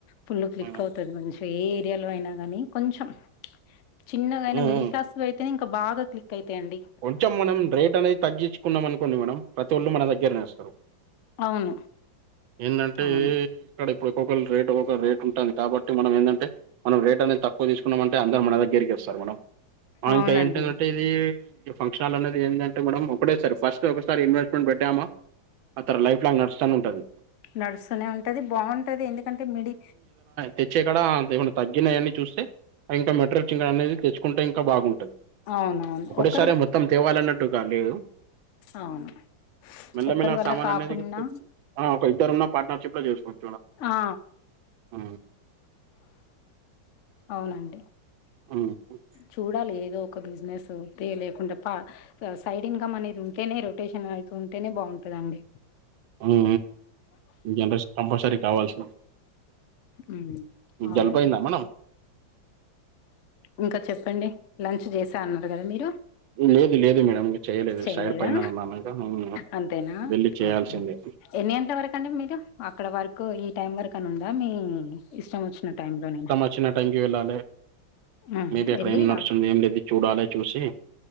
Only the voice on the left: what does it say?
ఫుల్లు క్లిక్
అవుతది మన్చిగ ఏ, ఏరియాలో అయినా గానీ కొంచెం చిన్నగైనా
మిడిల్
క్లాస్. ఇవైతేనే ఇంకా బాగా క్లిక్కయితాయండి
అవును
అవును.
అవునండి.
నడుస్తనే ఉంటది బాగుంటది ఎందుకంటే మిడి
అవునవును ఓక్
అవును.
ఒక్కరి
వల్ల
కాకున్నా
ఆ!
అవునండి
చూడాలి ఏదో ఒక బిజినెసో తె లేకుంటే పా సైడ్ ఇన్కమ్ అనేది ఉంటేనే రొటేషన్ అయితూ ఉంటేనే బాగుంటందండి
ఉమ్మ్ అవునండి
ఇంక చెప్పండి లంచ్ చేసా అన్నారు కదా మీరు
చేయలేదా
అంతేనా
ఓకే ఎన్ని గంటల వరకు అండి మీరు అక్కడ వరకు ఈ టైం వరకని ఉందా మీ ఇష్టం వచ్చిన టైం లో నేనా
ఉహు
ఎళ్ళి
రా